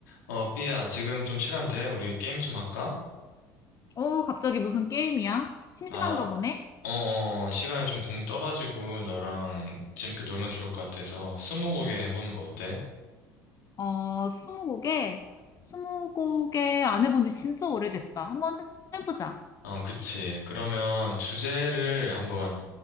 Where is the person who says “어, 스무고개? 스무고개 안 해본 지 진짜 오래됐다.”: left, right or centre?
Left